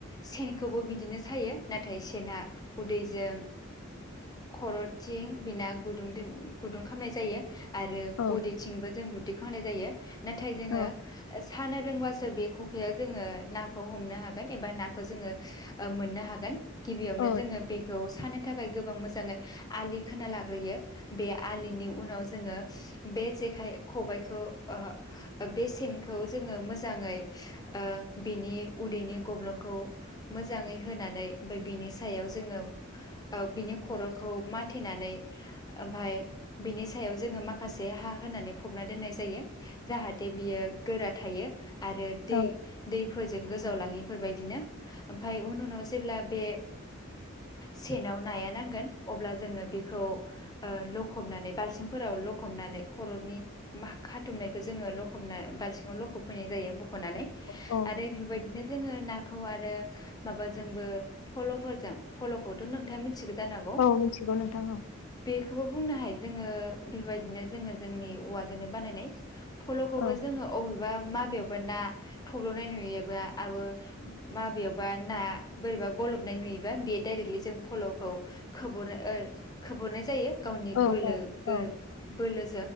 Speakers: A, on the left; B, on the left.
A: सेनखौबो बिदिनो सायो नाथाय सेनना उदैजों खर'थिं बिना गुदुं गुदुं खालामामनाय जायो आरो
B: औ
A: उदैथिंबो जों गु्देखौ होनाय जायो नाथाय जोङो
B: औ
A: सानो रोंबासो बे खखायाव जोङो नाखौ हमनो हागोन एबा ना खौ जोङो ओ मोननो हा हागोन गिबियावनो
B: औ
A: जोङो बेखौ सानो थाखाय गोबां मोजाङै आलि खोना लाग्रोयो बे आलिनि उनाव जोङो बे जेखाय खबायखौ ओहो बे सेन खौ जोङो मोजाङै ओ बिनि उदैनि गब्लंखौ मोजाङै होनानै ओमफाय बिनि सायाव जोङो ओ बिनि खर'खौ माथिनानै ओमफाय बिनि सायाव जोङो माखासे हा होनानै फबना दोननाय जायो जाहाथे बियो थायो आरो दै
B: औ
A: दै फोजों गोजावलाङिफोरबायदिनो ओमफाय उन उनाव जेब्ला बे सेनाव नाया नांगोन अब्ला जोङो बेखौ ओ लखबनानै बाल्सिंफोराव लखबनानै खर'नि खाथुमनायखौ जोङो लखबना बालथिं लखब फैनाय जायो खनानै
B: औ
A: आरो बेफोरबायदिनो जोङो नाखौ आरो माबाजोंबो फल'फोरजों फल'खौथ' नोंथाङा मि थिगौ जांनो हागौ
B: औ मिथिगौ नोंथां औ
A: बि बेखौबो बुंनो हायो जोङो बेबायदिनो जोङो जोंनि औवाजोंनो बानायनाय। फल'खौबो
B: औ
A: जोङो। बबेबा माबेयावबा ना थब्ल'नाय नुयोबा आबो माबेयावबा ना बोरैबा गलबनाय नुयोबा बे डाइरेक्टलि जों फल'खौ खोबहरो ओ- खोबहरनाय जायो। गावनि
B: औ
A: बोलो
B: औ
A: गो
B: औ
A: बोलो।